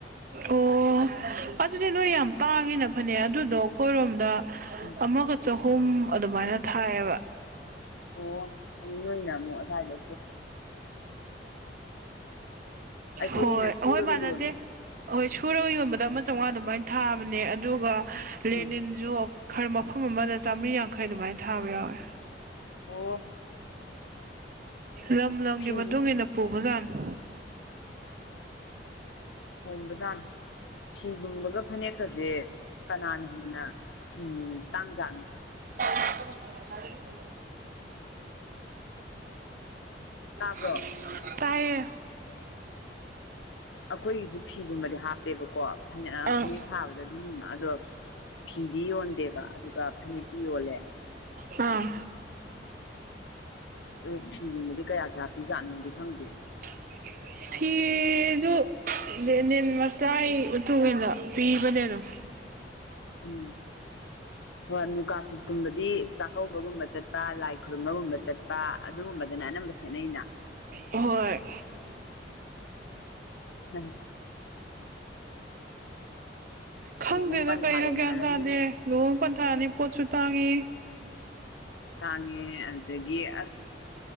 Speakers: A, on the right; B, on the left.
A: ꯑꯣ ꯑꯗꯨꯗꯤ ꯅꯣꯏ ꯌꯥꯝ ꯇꯥꯡꯉꯤꯅ ꯐꯅꯦꯛ ꯑꯗꯨꯗꯣ ꯑꯩꯈꯣꯏꯔꯣꯝꯗ
B: ꯎꯝ
A: ꯑꯃꯒ ꯆꯍꯨꯝ ꯑꯗꯨꯃꯥꯏꯅ ꯊꯥꯏꯌꯦꯕ
B: ꯑꯣ ꯅꯣꯏꯅ ꯑꯃꯨꯛ ꯑꯗꯨꯗꯥꯋꯥꯏꯗꯣ ꯑꯩꯈꯣꯏꯒꯤꯅ
A: ꯍꯣꯏ
B: ꯁꯨꯔꯒ
A: ꯍꯣꯏ ꯃꯥꯅꯗꯦ
B: ꯌꯣꯜꯂꯦ
A: ꯍꯍꯣꯏ ꯁꯨꯔꯒ ꯌꯣꯟꯕꯗ ꯑꯃ ꯆꯥꯝꯃꯉꯥ ꯑꯗꯨꯃꯥꯏꯅ ꯊꯥꯕꯅꯦ ꯑꯗꯨꯒ
B: ꯑꯪ
A: ꯂꯦꯅꯤꯟꯁꯨ ꯈꯔ ꯃꯐꯝ ꯑꯃꯗ ꯆꯥꯝꯃꯔꯤ ꯌꯥꯡꯈꯩ ꯑꯗꯨꯃꯥꯏꯅ ꯊꯥꯕ ꯌꯥꯎꯋꯦ
B: ꯑꯣ
A: ꯂꯝ ꯂꯝꯒꯤ
B: ꯐꯤ
A: ꯃꯇꯨꯡ ꯏ ꯃꯇꯨꯡꯏꯟꯅ ꯄꯨꯕꯖꯥꯟ <inaudible>
B: ꯍꯣꯡꯕꯖꯥꯠꯅꯤ ꯐꯤ ꯂꯨꯡꯕꯒ ꯐꯅꯦꯛꯀꯁꯦ ꯀꯅꯥꯅ ꯍꯦꯟꯅ ꯎꯝ ꯇꯥꯡꯖꯥꯅꯤ
A: <inaudible>
B: ꯇꯥꯕ꯭ꯔꯣ
A: <inaudible> ꯇꯌꯦ
B: ꯑꯩꯈꯣꯏꯒꯤꯁꯨ ꯐꯤꯒꯨꯝꯕꯗꯤ ꯍꯥꯞꯄꯦꯕꯀꯣ ꯐꯅ
A: ꯑꯥ
B: ꯐꯅꯦꯛ ꯁꯥꯕꯗ ꯑꯗꯨꯝ ꯑꯗꯣ ꯐꯤꯗꯤ ꯌꯣꯟꯗꯦꯕ ꯑꯗꯨꯒ ꯐꯅꯛꯇꯤ ꯌꯣꯜꯂꯦ
A: ꯑꯥ
B: ꯎꯝ ꯎ ꯑꯗꯨꯗꯤ ꯀꯌꯥ ꯀꯌꯥ ꯄꯤꯖꯥꯅꯣꯒꯤ
A: <inaudible>
B: <inaudible>
A: ꯐꯤꯗꯨ ꯂꯦꯅꯤꯟ ꯃꯁꯂꯥꯏ ꯃꯇꯨꯡ ꯏꯟꯅ ꯄꯤꯕꯅꯦ ꯑꯗꯨꯝ
B: ꯎꯝ ꯍꯣꯏ ꯃꯨꯀ ꯁꯨꯠꯀꯨꯝꯕꯗꯤ ꯆꯥꯛꯀꯧꯕꯒꯨꯝꯕ ꯆꯠꯄ ꯂꯥꯏ ꯈꯨꯔꯨꯝꯕꯒꯨꯝꯕ ꯆꯠꯄ ꯑꯗꯨꯒꯨꯝꯕꯗꯨꯅ ꯑꯅꯝꯕ ꯁꯦꯠꯅꯩꯩꯅ
A: ꯍꯣꯏ
B: ꯎꯝ
A: ꯈꯪꯗꯦꯗ
B: ꯂꯨꯍꯣꯡ ꯄꯟꯊꯥ
A: ꯀꯩꯅꯣ
B: ꯌꯧꯅꯔꯝꯅꯤꯅ
A: ꯒ꯭ꯌꯥꯟ ꯇꯥꯗꯦ ꯂꯨꯍꯣꯡ ꯄꯟꯊꯥꯑꯅꯤ ꯄꯣꯠꯁꯨ ꯇꯥꯡꯉꯤ
B: ꯇꯥꯡꯉꯦ ꯑꯗꯨꯗꯒꯤ ꯑꯁ